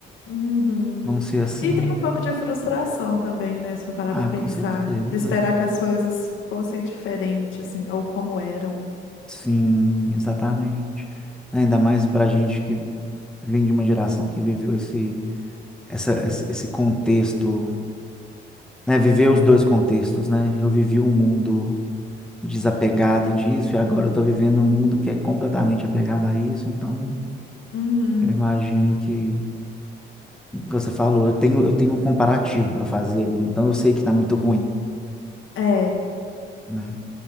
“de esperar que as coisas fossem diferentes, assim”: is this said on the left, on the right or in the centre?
Left